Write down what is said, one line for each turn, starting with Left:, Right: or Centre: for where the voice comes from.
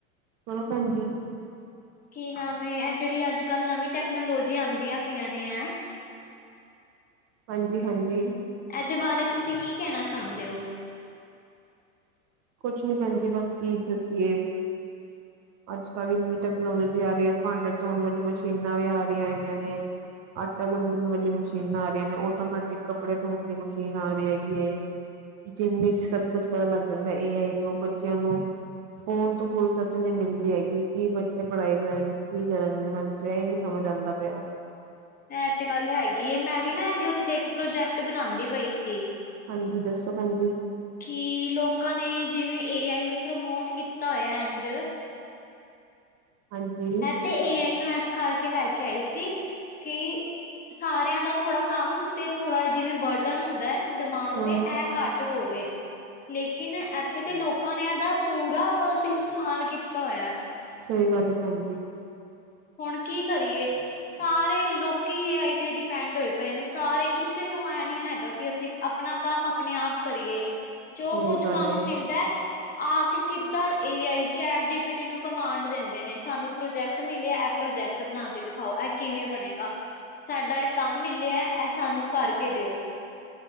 Right: ਕਰੋ ਭੈਣਜੀ।
Left: ਕੀ ਨਾਮ‌ ਐ, ਏ ਜੇੜੀ ਅੱਜ-ਕੱਲ ਨਵੀਂ ਟੈਕਨੋਲੋਜੀ ਆਦੀਆਂ ਪਈਆਂ ਨੇ ਐ
Right: ਹਾਂਜੀ-ਹਾਂਜੀ।
Left: ਇਹਦੇ ਬਾਰੇ ਤੁਸੀਂ ਕੀ ਕਹਿਣਾ ਚਾਦੇਂ ਓ?
Right: ਕੁਛ ਨੀ ਭੈਣ ਜੀ ਬਸ ਕੀ ਦੱਸੀਏ
Left: <inaudible>
Right: ਅੱਜ ਕੱਲ੍ਹ ਇਹਨੀ ਟੈਕਨੋਲੋਜੀ ਆ ਰੀ ਐ ਭਾਂਡੇ ਧੋਣ ਵਾਲੀ ਮਸ਼ੀਨਾਂ ਵੀ ਆ ਰੀਆਂ ਹੈਗੀਆਂ ਨੇ ਆਟਾ ਗੁੰਦਣ ਵਾਲੀਆਂ ਮਸ਼ੀਨਾਂ ਆ ਰੀਆਂ ਨੇ, ਆਟੋਮੈਟਿਕ ਕੱਪੜੇ ਧੋਣ ਦੀ ਮਸ਼ੀਨ ਆ ਰੀ ਹੈਗੀ ਐ। ਜਿੰਮ ਵਿੱਚ ਸਭ ਕੁਝ ਪਤਾ ਲੱਗ ਜਾਂਦਾ ਏ ਆਈ ਤੋਂ ਬੱਚਿਆਂ ਨੂੰ ਫੋਨ ਤੋਂ ਫ਼ੁਰਸਤ ਨੀ ਮਿਲਦੀ ਹੈਗੀ ਕੀ ਬੱਚੇ ਪੜ੍ਹਾਈ ਕਰਨ ਕੀ ਕਰਨਗੇ ਮੈਨੂੰ ਜੇ ਈ ਨੀ ਸਮਝ ਆਂਦਾ ਪਿਆ।
Left: ਇਹ ਤੇ ਗੱਲ ਹੈਗੀ ਐ ਮੈਂ ਵੀ ਨਾ ਇਹਦੇ ਉੱਤੇ ਇੱਕ ਪ੍ਰੋਜੈਕਟ ਬਣਾਂਦੀ ਪਈ ਸੀ।
Right: ਹਾਂਜੀ ਦੱਸੋ ਭੈਣ ਜੀ?
Left: ਕੀ ਲੋਕਾਂ ਨੇ ਜਿਵੇਂ ਏ ਆਈ ਨੂੰ ਪ੍ਰਮੋਟ ਕੀਤਾ ਹੋਇਆ ਇੰਝ
Right: ਹਾਂਜੀ,
Left: ਤੇ ਏ ਆਈ ਨੂੰ ਐ ਸਖਾ ਕੇ ਲੈ ਕੇ ਆਏ ਸੀ ਕੀ ਸਾਰਿਆਂ ਦਾ ਥੋੜਾ ਕੰਮ ਤੇ ਥੋੜਾ ਜਿਵੇਂ ਬਰਡ <unintelligible> ਹੁੰਦਾ ਦਿਮਾਗ
Right: ਹਾਂ
Left: ਤੇ ਇਹ ਘੱਟ ਹੋਵੇ। ਲੇਕਿਨ ਇੱਥੇ ਤੇ ਲੋਕਾਂ ਨੇ ਇਹਦਾ ਪੂਰਾ ਗਲਤ ਇਸਤੇਮਾਲ ਕੀਤਾ ਹੋਇਆ।
Right: ਸਹੀ ਗੱਲ ਐ ਭੈਣ ਜੀ।
Left: ਹੁਣ ਕੀ ਕਰੀਏ। ਸਾਰੇ ਲੋਕੀ ਏ ਆਈ ਤੇ ਡਿਪੈਂਡ ਹੋਏ ਪਏ ਨੇ ਸਾਰੇ ਕਿਸੇ ਨੂੰ ਇਹ ਨੀ ਹੈਗਾ ਕਿ ਅਸੀਂ ਆਪਣਾ ਕੰਮ ਆਪਣੇ ਆਪ ਕਰੀਏ, ਜੋ
Right: ਸਹੀ
Left: ਕੁੱਝ
Right: ਗੱਲ
Left: ਕੰਮ
Right: ਏ
Left: ਮਿਲਦਾ ਆ ਕੇ ਸਿੱਧਾ ਏ ਆਈ ਚੈਟ ਜੀ ਪੀਟੀ ਨੂੰ ਕਮਾਂਡ ਦਿੰਦੇ ਨੇ ਸਾਨੂੰ ਪ੍ਰੋਜੈਕਟ ਮਿਲਿਆ ਇਹ ਪ੍ਰੋਜੈਕਟ ਬਣਾ ਕੇ ਦਿਖਾਓ ਇਹ ਕਿਵੇਂ ਬਣੇਗਾ। ਸਾਡਾ ਇਹ ਕੰਮ ਮਿਲਿਆ ਇਹ ਸਾਨੂੰ ਕਰਕੇ ਦਿਓ।